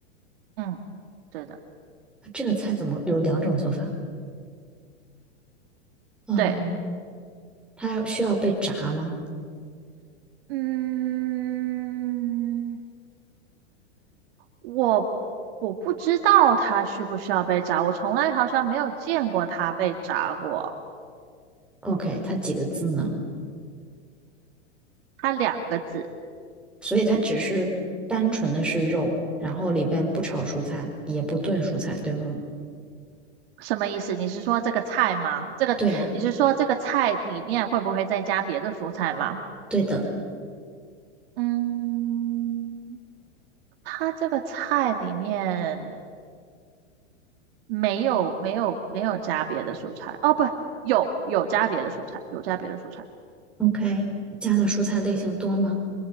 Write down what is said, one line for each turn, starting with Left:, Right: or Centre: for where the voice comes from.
Right: 嗯，对的，
Centre: 这个菜怎么有两种做法？嗯，
Right: 对，
Centre: 它需要被炸吗
Right: 嗯，我我不知道它需不需要被炸，我从来好像没有见过它被炸过。
Centre: ？OK，它几个字呢？
Right: 它两个字，
Centre: 所以它只是单纯的是肉，然后里边不炒蔬菜，也不炖蔬菜，对吗？
Right: 什么意思？你是说这个菜吗？这个你是说这个菜里面会不会再加别的蔬菜吗？
Centre: 对呀，对的。
Right: 嗯，它这个菜里面没有没有没有加别的蔬菜。哦，不，有有加别的蔬菜，有加别的蔬菜
Centre: OK，加的蔬菜类型多吗？